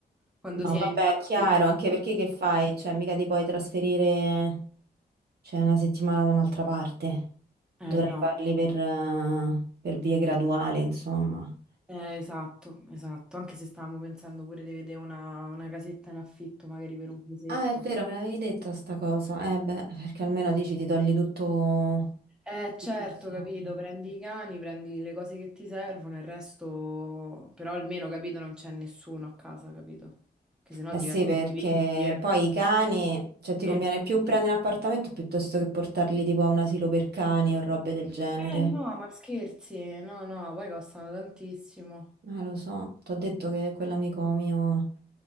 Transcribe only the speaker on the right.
No,
vabbè,
è chiaro, anche perché che fai? Cioè, mica ti puoi trasferire, cioè, una settimana da un'altra parte.
Dovrai
farli per, eh, per vie graduali, insomma.
Ah, è vero, me l'avevi detta sta cosa. Eh beh, perché almeno dici ti togli tutto...
tutto
insieme.
Eh
sì, perché
poi i cani,
cioè ti
conviene più prendere un appartamento piuttosto che portarli tipo a un asilo per cani o robe del genere.
Eh, lo so, ti ho detto che quell'amico mio